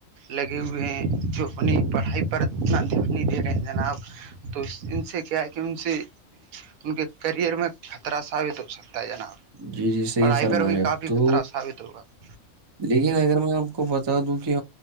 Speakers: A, on the right (about 75°); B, on the right (about 35°).
A: لگے ہوئے ہیں جو اپنی پڑھائی پر اتنا دھیان نہیں دے رہے ہیں جناب تو ان سے کیا ہے کہ ان سے ان کے کرئر میں خطرہ ثابت ہو سکتا ہے جناب
B: جی جی صحی
A: پڑھائی
B: فرما
A: پر بھی
B: رہے اب
A: کافی
B: تو
A: خطرہ <unintelligible>
B: لیکن اگر میں آپ کو بتا دوں کہ